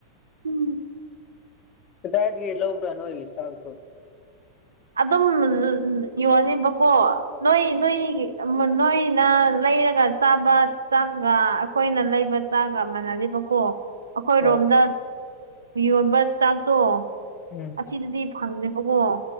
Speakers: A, on the right (about 70°); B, on the left (about 30°).
A: ꯎ <inaudible>
B: ꯀꯗꯥꯏꯗꯩ ꯂꯧꯕꯔ ꯅꯣꯏꯒꯤ ꯆꯥꯛꯇꯣ
A: ꯑꯗꯨꯝ ꯌꯣꯜꯂꯤꯕꯀꯣ ꯅꯣꯏ ꯅꯣꯏ ꯅꯣꯏꯅ ꯂꯩ ꯂꯩꯩꯔꯒ ꯆꯥꯕ ꯆꯥꯡꯒ ꯑꯩꯈꯣꯏꯅ ꯂꯩꯕ ꯆꯥꯒ ꯃꯅꯗꯦꯕꯀꯣ ꯑꯈꯣꯏꯔꯣꯝꯗ
B: ꯑꯣ
A: ꯌꯣꯟꯕ ꯆꯥꯛꯇꯣ
B: ꯎꯝ
A: ꯑꯁꯤꯗꯗꯤ ꯐꯪꯗꯦꯕꯀꯣ